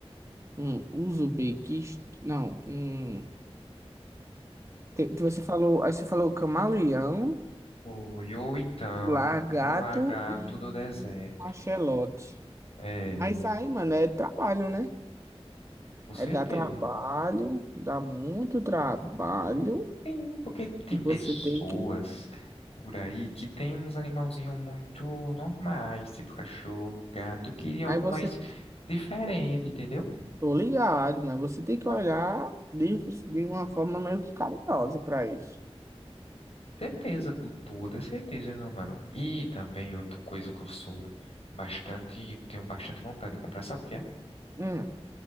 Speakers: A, on the right; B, on the left.
A: um uso Não, um... Te- Você falou, aí você falou o camaleão,
B: Foi, ou então,
A: o largato
B: um lagarto
A: e
B: do deserto.
A: o axolote.
B: É,
A: Mas aí, mano, é trabalho, né?
B: com certeza.
A: É dar trabalho, dá muito trabalho
B: Tem, porque tem
A: e você
B: pessoas
A: tem que.
B: por aí que tem uns animalzinhos muito normais, tipo cachorro, gato. Eu queria
A: Mas
B: algo
A: você,
B: mais diferente, entendeu?
A: tô ligado, mas você tem que
B: Na
A: olhar de, de uma forma meio que carinhosa pra isso.
B: certeza, com toda certeza, meu mano. E também outra coisa que eu sou bastante, tenho bastante vontade de comprar, sabe o que é?
A: Hum,